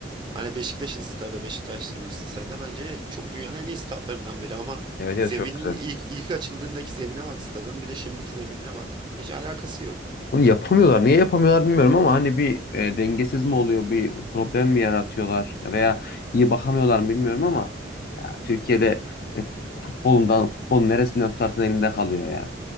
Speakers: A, on the right; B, on the left.
A: Hani Beşiktaş'ın stadı, Beşiktaşlıymışsın sen de. Bence çok dünyanın en iyi statlarından biri ama
B: Evet evet
A: zeminin
B: çok güzel.
A: ilk ilk açıldığındaki zemine bak stadın, bir de şimdiki zeminine bak. Hiç alakası yok.
B: Bunu yapamıyorlar. Niye yapamıyorlar bilmiyorum ama hani bir e, dengesiz mi oluyor, bir problem mi yaratıyorlar Ya veya iyi bakamıyorlar mı bilmiyorum ama ya Türkiye'de e, futbolundan, futbolun neresinden tutarsan elinde kalıyor ya.